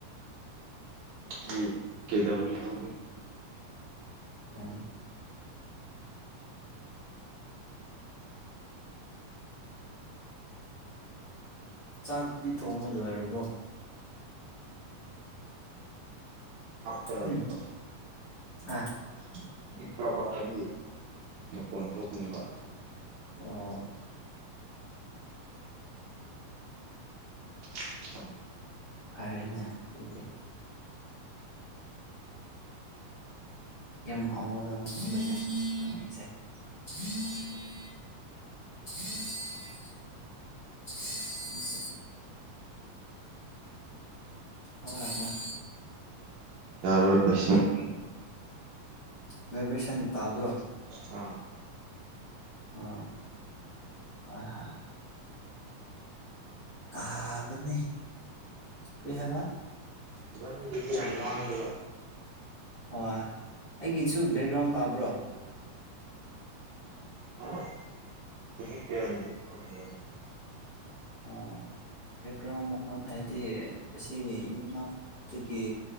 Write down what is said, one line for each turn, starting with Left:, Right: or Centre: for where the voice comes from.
Right: ꯀꯤ ꯀꯩꯗꯧꯔꯤꯅꯣ
Left: ꯎꯝ ꯆꯥꯛꯇꯤ ꯊꯣꯡꯕ ꯂꯣꯏꯔꯕꯣ
Right: ꯑ <unintelligible>
Left: ꯎꯝ ꯍꯥ
Right: ꯄꯤꯛꯈ꯭ꯔꯕ ꯍꯥꯏꯗꯤ ꯃꯈꯣꯟ ꯊꯣꯛꯅꯤꯕ
Left: ꯑꯣ
Right: <unintelligible>
Left: ꯐꯔꯦꯅꯦ ꯑꯗꯨꯗꯤ ꯌꯥꯝ ꯍꯥꯎꯒꯗꯕ ꯑꯃ ꯂꯩꯔꯦ ꯅꯪ <inaudible> <unintelligible> <unintelligible> ꯍꯣꯏ ꯍꯣꯏ
Right: <inaudible>
Left: ꯍꯣꯏ ꯚꯥꯏꯕ꯭ꯔꯦꯁꯟ ꯇꯥꯕ꯭ꯔꯣ
Right: ꯑꯥ
Left: ꯎꯝ ꯍꯣꯏ ꯍꯣꯏ ꯇꯥꯕꯅꯦ ꯀꯔꯤ ꯍꯥꯏꯕ
Right: ꯏꯕꯥꯟꯅꯤꯒꯤꯁꯦ ꯌꯥꯝ ꯂꯥꯡꯉꯦꯕ
Left: ꯍꯣꯏ ꯑꯩꯒꯤꯁꯨ ꯕꯦꯛꯒ꯭ꯔꯥꯎꯟ ꯇꯥꯕ꯭ꯔꯣ
Right: <inaudible>
Left: ꯑꯣ ꯕꯦꯛꯒ꯭ꯔꯥꯎꯟ ꯃꯈꯣꯟ ꯍꯥꯏꯗꯤ ꯑꯁꯤꯅꯤ ꯌꯨꯝ ꯃꯅꯥꯛꯇꯒꯤ